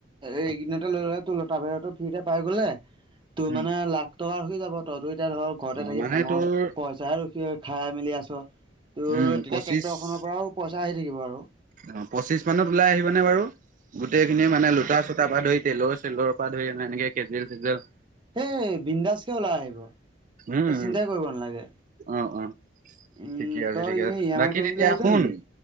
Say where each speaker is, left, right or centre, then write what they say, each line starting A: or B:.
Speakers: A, on the right; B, on the right.
A: এইকেইদিনতে লৈ ল'লে তোৰ, তাৰপিছতে, ফ্ৰীতে পাই গ'লে, তোৰ
B: উম,
A: মানে, লাখ টকা হৈ যাব। তই তো এতিয়া ধৰ, ঘৰতে
B: অ',
A: থাকি
B: মানে
A: ফাৰ্মৰ
B: তোৰ
A: পই <unintelligible> খাই-মেলি আছ। তোৰ,
B: উম,
A: তেতিয়া
B: পঁচিশ
A: ট্ৰেক্টৰখনৰ পৰাওঁ, পইচা আহি থাকিব আৰু।
B: অ'! পঁচিছ মানত ওলাই আহিবনে বাৰু? গোটেইখিনি মানে, লোটা-চোতা পৰা ধৰি, তেলৰ- চেলৰ পৰা ধৰি, এনেকে কেজোৱেল-চেজোৱেল।
A: সেই, বিন্দাচকে ওলাই আহিব।
B: উম,
A: তই চিন্তাই
B: উম।
A: কৰিব নালাগে
B: অ' অ'!
A: উম
B: ঠিকেই আছে,
A: তই
B: ঠিকে
A: এনেই
B: আছে।
A: ই এম
B: বাকী
A: আই কৰিম
B: তেতিয়া,
A: বুলি ভাবিছ
B: শুন?
A: নেকি?